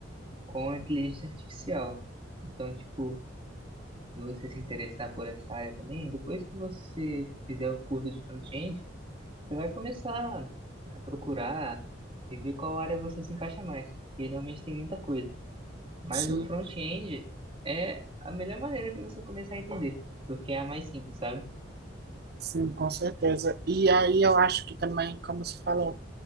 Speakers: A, on the right; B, on the right.
A: com a inteligência artificial. Então, tipo, se você se interessar por essa área também, depois que você fizer o curso de front-end, Você vai começar a procurar e ver qual área você se encaixa mais, porque realmente tem muita coisa. Mas
B: sim,
A: o front-end é a melhor maneira de você começar a entender, porque é a mais simples, sabe?
B: sim, com certeza. E aí eu acho que também, como se falou,